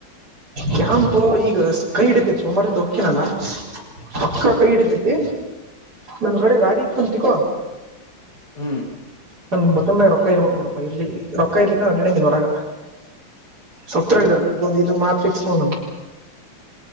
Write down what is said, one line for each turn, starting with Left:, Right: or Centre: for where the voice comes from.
Right: ಕ್ಯಾಂಪ್ ಈಗ ಕೈ ಹಿಡಿತ ಸೋಮವಾರಿಂದ ಹೊಕ್ಕಿನಲ್ಲ. ಪಕ್ಕ
Left: ಹ್ಮ್
Right: ಕೈ ಹಿಡಿತೇತಿ ನನ್ ಕಡೆ ಗಾಡಿ ಇತ್ತಂತತಿಕೋ
Left: ಹ್ಮ್
Right: ನನ್ ಬಕನಾಗ ರೊಕ್ಕ ಇರ್ಬೇಕ್ ನೋಡಪ್ಪಾ ಇರ್ಲಿ ರೊಕ್ಕ ಇರ್ಲಿಕ್ಕ ಅಡ್ಡಂಗಿಲ್ ಹೊರಗ. ಸತ್ರ
Left: ಹ್ಮ್
Right: ಇರಲ್ಲ ಇದೊಂದು ಇದು ಮಾತ್ ಫಿಕ್ಸ್ ನೋಡಣ.